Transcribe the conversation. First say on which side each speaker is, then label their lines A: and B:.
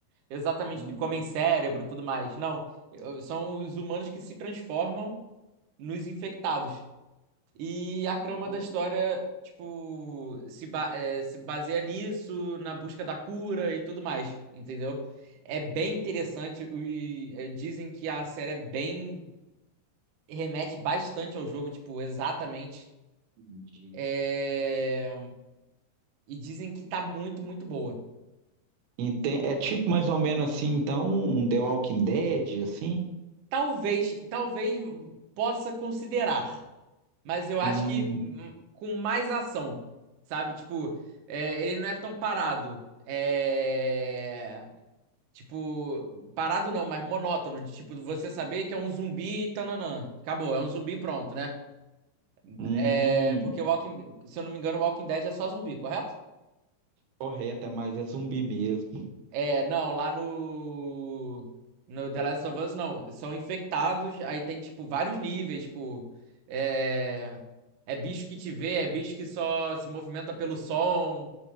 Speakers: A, on the right (about 65°); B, on the right (about 80°).
A: exatamente
B: hum.
A: que comem cérebro e tudo mais. Não, Eu- são os humanos que se transformam nos infectados. E a trama
B: Oh,
A: da história, tipo, se, ba- eh, se baseia nisso, na busca da cura e tudo mais, entendeu? É bem interessante. e, eh, dizem que a série é bem remete bastante ao jogo, tipo, exatamente.
B: entendi.
A: É, E dizem que tá muito, muito boa.
B: Enten- É tipo mais ou menos assim, então, um The Walking Dead, assim?
A: Talvez, talvez possa considerar, mas eu acho
B: Hum,
A: que hum, com mais ação, sabe? Tipo, é, ele não é tão parado. É... Tipo, parado não, mas monótono, de tipo, você saber que é um zumbi, tananã. Acabou, é um zumbi pronto, né?
B: hum,
A: É, porque o Walking, se eu não me engano, o Walking Dead é só zumbi, correto?
B: correto, é mais é zumbi mesmo.
A: É, não, lá no, no The Last of Us, não. São infectados, aí tem, tipo, vários níveis, tipo, é, é bicho que te vê, é bicho que só se movimenta pelo som,